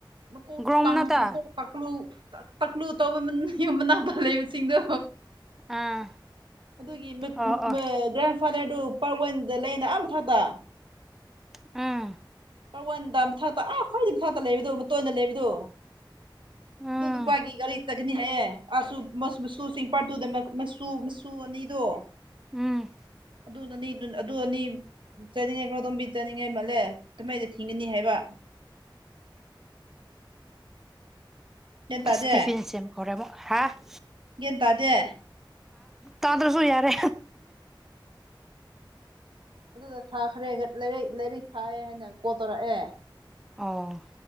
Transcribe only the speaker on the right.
ꯃꯀꯣꯛ
ꯇꯥꯡ ꯃꯀꯣꯛ ꯄꯥꯛꯂꯨ ꯇꯛꯂꯨ ꯇꯧꯕ ꯌꯨꯝ ꯃꯅꯥꯎꯄꯥ ꯂꯩꯕꯁꯤꯡꯗꯣ
ꯑꯗꯨꯒꯤ
ꯒ꯭ꯔꯥꯟꯐꯥꯗꯔꯗꯨ ꯄꯥꯔꯠ ꯋꯥꯟꯗ ꯂꯩꯌꯦꯅ ꯑ ꯃꯈꯥꯗ
ꯄꯔ ꯋꯥꯟꯗ ꯃꯊꯛꯇ ꯑꯥ ꯈ꯭ꯋꯥꯏꯗꯒꯤ ꯃꯊꯥꯛꯇ ꯂꯩꯕꯗꯣ ꯃꯇꯣꯟꯗ ꯂꯩꯕꯗꯣ
ꯑꯗꯨ ꯅꯨꯄꯥꯒꯤ ꯒꯥꯔꯤ ꯆꯒꯅꯤ ꯍꯥꯏꯌꯦ ꯑꯥꯁꯨ ꯃꯆꯨ ꯆꯤꯡ ꯄꯥꯠꯇꯨꯗ ꯃꯆꯨ ꯃꯆꯨ ꯑꯅꯤꯗꯣ
ꯑꯗꯨꯅꯅꯤ ꯑꯗꯨ ꯑꯅꯤ ꯆꯠꯅꯤꯡꯉꯩ ꯀ꯭ꯔꯥꯗꯣꯝꯕꯤ <inaudible> ꯆꯠꯅꯤꯡꯉꯩ ꯃꯥꯜꯂꯦ ꯑꯗꯨꯃꯩꯗ ꯊꯤꯡꯒꯅꯤ ꯍꯥꯏꯕ ꯒ꯭ꯌꯥꯟ
ꯇꯥꯗꯦ
ꯒꯌꯥꯟ ꯇꯥꯗꯦ
ꯑꯗꯨꯗ ꯊꯥꯈ꯭ꯔꯦꯔ ꯂꯩꯔꯤꯛ ꯂꯩꯔꯤꯛ ꯊꯥꯏꯑꯦ ꯍꯥꯏꯅ ꯀꯣꯜ ꯇꯧꯔꯛꯑꯦ